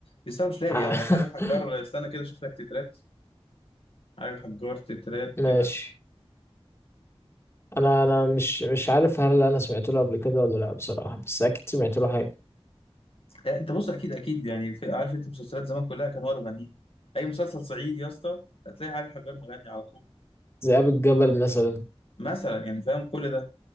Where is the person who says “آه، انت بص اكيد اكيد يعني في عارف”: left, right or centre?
Left